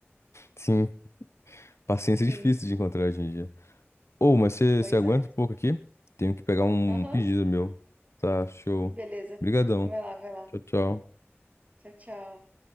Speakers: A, on the left (about 80°); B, on the right (about 35°).
A: Sim, paciência
B: Sim,
A: é difícil
B: sim.
A: de encontrar hoje em dia. Ô, mas você
B: Pois
A: você aguenta
B: é.
A: um pouco aqui? Tenho que pegar um
B: Aham.
A: pedido meu. Tá, show.
B: Beleza.
A: Obrigadão.
B: Vai lá, vai lá.
A: Tchau, tchau.
B: Tchau, tchau.